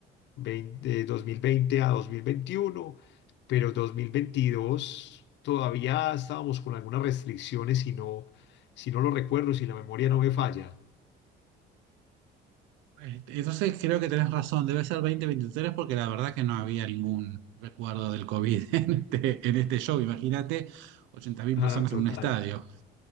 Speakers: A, on the left; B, on the right.
A: vein- de 2020 a 2021, pero 2022 todavía estábamos con algunas restricciones si no, si no lo recuerdo, si la memoria no me falla.
B: Este, Entonces creo que tenés razón, debe ser 2023 porque la verdad que no había ningún recuerdo del COVID <laughs> en este, en este show. Imagínate 80.000
A: Ah,
B: personas
A: total,
B: en un estadio.